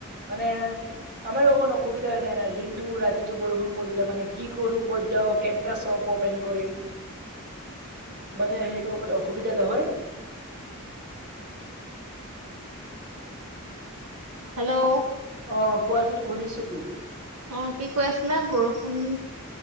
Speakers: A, on the right (about 50°); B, on the right (about 80°).
A: মানে আমাৰো অকনো অসুবিধা হয় নাই দিনটো ৰাতিটো বৰষুণ পৰিলে মানে কি কৰো ক'ত যাও কেনেকে চব- কপেন কৰিম, মানে সেইটো অকণ অসুবিধা নহয়। <inaudible>
B: হেল্লো'।
A: অ কোৱা চোন শুনিছো তো।
B: অ কি কৈ আছিলা বৰষুণ।